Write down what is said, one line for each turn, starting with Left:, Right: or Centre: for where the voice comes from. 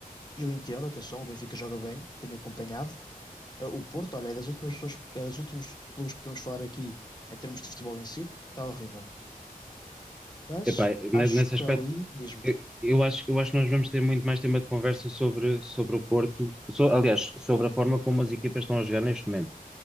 Left: E eu entendo, atenção, o Benfica joga bem, tem acompanhado. Uh, O Porto, olha, é das últimas pessoas, é dos últimos clubes que podemos falar aqui em termos de futebol em si, porque está horrível. Mas
Centre: Epá, ne-
Left: acho
Centre: nesse aspecto,
Left: que ali, diz-me,
Centre: eu, eu acho, eu acho que nós vamos ter muito mais tema de conversa sobre, sobre o Porto, so- aliás, sobre a forma como as equipas estão a jogar neste momento.